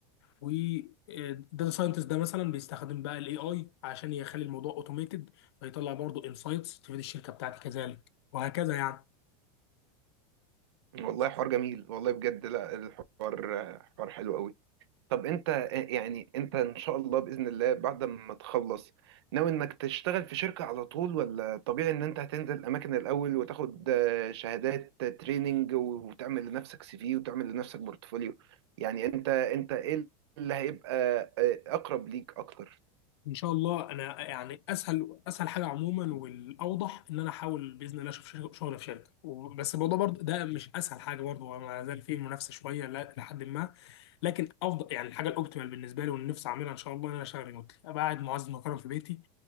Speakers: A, on the left (about 60°); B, on the right (about 55°).
A: والداتا ساينتست ده مثلا بيستخدم بقى الاي اي عشان يخلي الموضوع اوتوميتد فيطلع برضو انسايتس تفيد الشركه بتاعتي كذلك وهكذا يعني
B: والله حوار جميل والله بجد لا الحوار آه، حوار حلو قوي طب انت يعني انت ان شاء الله باذن الله بعد ما تخلص ناوي انك تشتغل في شركه على طول ولا طبيعي ان انت هتنزل اماكن الاول وتاخد آه، شهادات آه، تريننج وتعمل لنفسك سي في وتعمل لنفسك بورتفوليو يعني انت انت ايه اللي هيبقى آه، اقرب ليك اكتر
A: ان شاء الله انا يعني اسهل اسهل حاجه عموما والاوضح ان انا احاول باذن الله اشوف شغل شغل في شركه و- بس الموضوع برضه ده مش اسهل حاجه برضه هو ما زال فيه منافسه شويه لا- لحد ما لكن افضل يعني الحاجه الاوبتيمال بالنسبه لي واللي نفسي اعملها ان شاى الله ان انا اشتغل ريموتلي ابقى قاعد معزز مكرم في بيتي